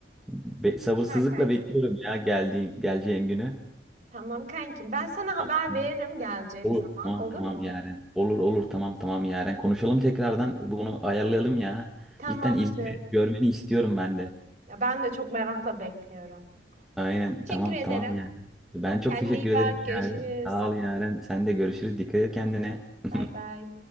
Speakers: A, in the centre; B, on the right.
A: Be- sabırsızlıkla
B: Süper kanki.
A: bekliyorum ya geldiği geleceğin günü.
B: Tamam kankim. Ben sana haber
A: Tamam, tamam.
B: veririm geleceğim
A: Olur
B: zaman.
A: tamam
B: Olur
A: tamam
B: mu?
A: yarın. Olur olur tamam tamam yarın. Konuşalım tekrardan bunu ayarlayalım ya.
B: Tamamdır.
A: Cidden İzmir'i görmeni istiyorum ben de.
B: Ya ben de çok merakla bekliyorum.
A: Aynen
B: Teşekkür
A: tamam
B: ederim.
A: tamam yarın. Ben çok
B: Kendine
A: teşekkür
B: iyi bak.
A: ederim
B: Görüşürüz.
A: yarın. Sağ ol yarın. Sen de görüşürüz. Dikkat et kendine. <laughs>
B: Bay bay.